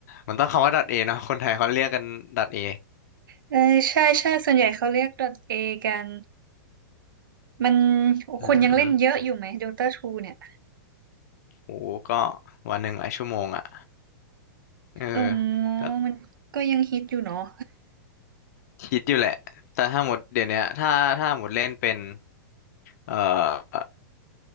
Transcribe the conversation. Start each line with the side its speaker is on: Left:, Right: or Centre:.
Left: มันต้องคำว่า A เนาะคนไทยเขาเรียกกัน A
Right: เออใช่ใช่ส่วนใหญ่เขาเรียก d a กันมัน
Left: <laughs> อืม
Right: คนยังเล่นเยอะอยู่ไหม Dota ทูเนี่ย
Left: โหก็วันหนึ่งหลายชั่วโมงอ่ะเออ
Right: อ๋อ
Left: ก็
Right: มันก็ยังฮิตอยู่เนาะ
Left: คิดอยู่แหละแต่ถ้าหมดเดี๋ยวเนี้ยถ้าถ้าหมดเล่นเป็นเอ่อ